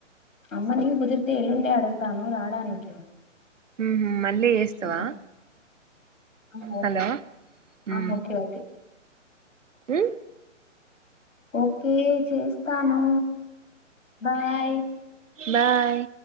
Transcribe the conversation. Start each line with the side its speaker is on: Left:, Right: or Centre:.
Left: అమ్మనీ కుదిరితే ఎల్లుండే అడుగుతాను రాడానికి
Right: ఉహ మళ్ళీ చేస్తావా
Left: చూద్దాం ఆ ఓకే
Right: హలో
Left: ఆ
Right: ఉ
Left: ఓకే ఓకే
Right: హ
Left: ఓకే చేస్తాను బాయ్
Right: బాయ్